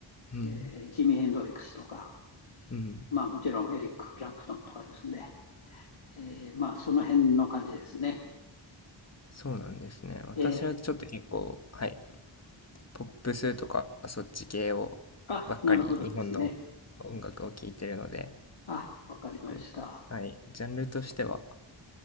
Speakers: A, on the left; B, on the left.
A: うん。
B: えージミー・ヘンドリックスとか、
A: うん。
B: まあもちろんエリック・クラプトンとかですね、えー、まあ、その辺の感じですね。
A: そうなんですね。私はちょっと結構、
B: えー、
A: はい、ポップスとかそっち系をばっかり日本の音楽を聴いてるので、
B: あ、なるほどですね。あ、わかりました。
A: こう、はい、ジャンルとしては